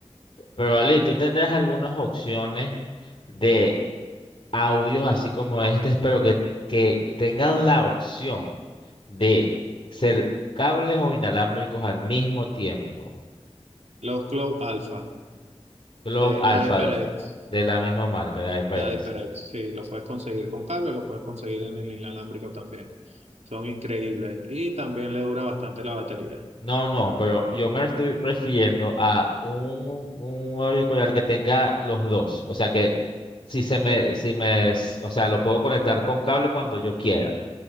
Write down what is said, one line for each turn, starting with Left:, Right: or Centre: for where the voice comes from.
Left: Pero Ali, tú tendrás algunas opciones de audios así como este, pero que, que tengan la opción de ser cables o inalámbricos al mismo tiempo.
Right: Los Cloud Alpha
Left: Glow
Right: de
Left: Alpha
Right: HyperX,
Left: de la misma marca, de HyperX.
Right: de HyperX, sí, los puedes conseguir con cable, los puedes conseguir en el inalámbrico también. Son increíbles y también le dura bastante la batería.
Left: No, no, pero yo me estoy refiriendo a un, un auricular que tenga los dos. O sea que si se me, si me, s- o sea, lo puedo conectar con cable cuando yo quiera.